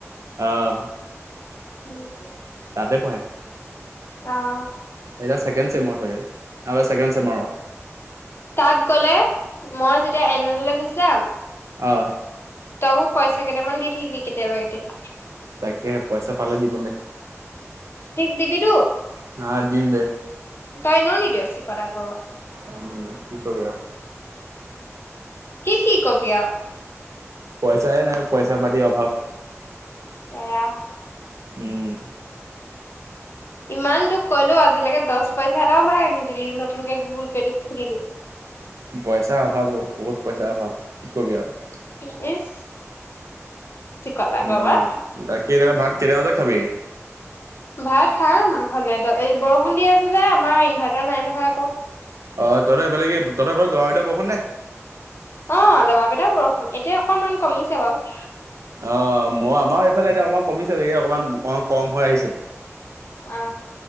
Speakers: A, on the right (about 70°); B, on the left (about 50°).
A: অহ
B: উম ক
A: তাতে পঢ়ে
B: অহ
A: এতিয়া ছেকেণ্ড চেমৰ হয় চাগে আৰু ছেকেণ্ড চেমৰ অ
B: তাত গ'লে মই যেতিয়া এনললে গুচি যাম
A: অঁহ
B: তই মোক পইচা কেইটামান দি থাকিবি কেতিয়াবা কেতিয়াবা
A: তাকে পইচা পালে দিব নে
B: ঠিক দিবি টো
A: নহয় দিম দে
B: তই এনেও নিদিয় চিকতা ঘৰুৱা
A: উম কি কৰি আও
B: কি কি কবি আও
A: পইচাই নাই পইচা পাতিৰ অভাৱ
B: এয়া।
A: উম।
B: ইমান তোক কলো আজিলৈকে দছ পইচা এটাও ভৰাই নিদিলি নতুনকে গুগুল পে'টো খুলিলো।
A: পইচাৰ অভাৱ অ বহুত পইচাৰ অভাৱ কি কবি আৰু।
B: টো ইচ চিকতা
A: উম
B: কৰবাৰ।
A: বাকী ৰা ভাত কেইটা বজাত খাবিগে?
B: ভাত খাম হ'লেতো এই বৰষুণ দি আছোঁ যে আমাৰ ইনভাৰ্টাৰ নাই নহয় আকৌ।
A: অ তহতৰ ফালে কি তহতৰ ফালে দবাপিটা বৰষুন নে?
B: অ দবা পিটা বৰষুণ এতিয়া অকনমান কমিছে বাৰু।
A: অ মই আমাৰ এইফালে এতিয়া অকমান কমিছে এই অকণমান অ কম হৈ আহিছে।
B: আ।